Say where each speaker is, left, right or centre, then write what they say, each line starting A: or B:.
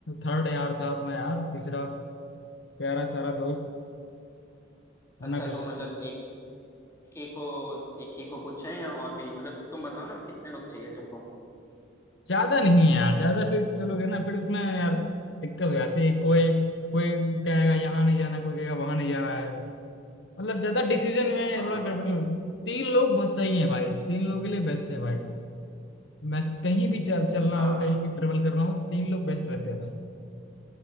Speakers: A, on the left; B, on the left.
A: थर्ड यार था अपना यार तीसरा प्यारा सारा दोस्त वरना
B: अच्छा तो
A: कुछ
B: मतलब एक एक ही को एक ही को पूछें या और भी मतलब तुम बताओ ना कितने लोग चाहिए तुमको
A: ज्यादा नहीं है यार ज्यादा फिर चलोगे ना फिर उसमें यार दिक्कत हो जाती है कोई कोई कहेगा यहाँ नहीं जाना कोई कहेगा वहां नहीं जाना है मतलब ज्यादा डिसीजन में
B: हाँ
A: थोड़ा गड़बड़ी
B: हाँ हाँ,
A: हो गई तीन लोग बस सही है भाई तीन लोग के लिए बेस्ट है भाई मैं कहीं भी चल
B: अच्छा
A: चलना
B: हाँ
A: हो कहीं भी ट्रेवल करना हो तीन लोग बेस्ट रहते हैं भाई